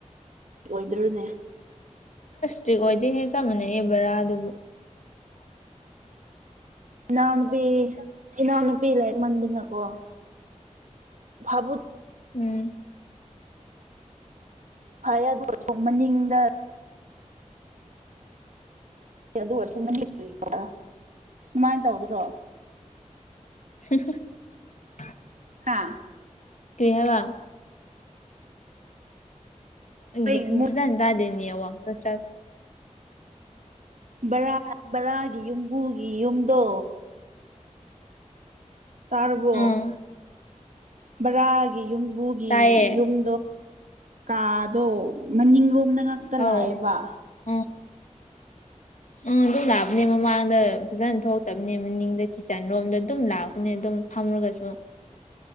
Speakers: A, on the right; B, on the left.
A: ꯑꯣꯏꯗ꯭ꯔꯣꯅꯦ
B: ꯁꯇ꯭ꯔꯤꯛ ꯑꯣꯏꯗꯦꯍꯦ ꯆꯞ ꯃꯥꯟꯅꯩ ꯍꯦ ꯕꯔꯥꯗꯕꯨ
A: ꯏꯅꯥꯎꯅꯨꯄꯤ ꯏꯅꯥꯎꯅꯨꯄꯤ ꯂꯦꯛꯃꯟꯗꯅꯀꯣ ꯐꯕꯨꯠ
B: ꯎꯝ
A: ꯐꯥꯌꯪ ꯑꯗꯨ ꯑꯣꯏꯔꯁꯨ ꯃꯅꯤꯡꯗ ꯑꯗꯨ ꯑꯣꯏꯔꯁꯨ ꯑꯗꯨꯨꯃꯥꯏ ꯇꯧꯗ꯭ꯔꯣ
B: <unintelligible>
A: ꯍꯥ
B: ꯀꯔꯤ ꯍꯥꯏꯕ ꯑꯪꯒ
A: ꯑꯩ
B: ꯐꯖꯟ ꯇꯥꯗꯦ ꯅꯦꯋꯥꯛꯇ ꯆꯜ
A: ꯕꯔꯥ ꯕꯔꯥꯒꯤ ꯌꯨꯝꯕꯨꯒꯤ ꯌꯨꯝꯗꯣ ꯇꯥꯔꯕꯣ
B: ꯎꯝ
A: ꯕꯔꯥꯒꯤ ꯌꯨꯝꯕꯨꯒꯤ
B: ꯇꯥꯏꯌꯦ
A: ꯌꯨꯝꯗꯣ ꯀꯥꯗꯣ ꯃꯅꯤꯡꯔꯣꯝꯗ ꯉꯥꯛꯇ
B: ꯑꯧ
A: ꯂꯥꯛꯑꯦꯕ
B: ꯎꯝ ꯎꯝ ꯑꯗꯨꯝ ꯂꯥꯕꯅꯦ ꯃꯃꯥꯡꯗ ꯐꯖꯟ ꯊꯣꯛꯇꯝꯅꯦ ꯃꯅꯤꯡꯗ ꯀꯤꯠꯆꯟ ꯔꯣꯝꯗ ꯑꯗꯨꯝ ꯂꯥꯛ ꯄꯅꯦ ꯑꯗꯨꯝ ꯐꯝꯔꯒꯁꯨ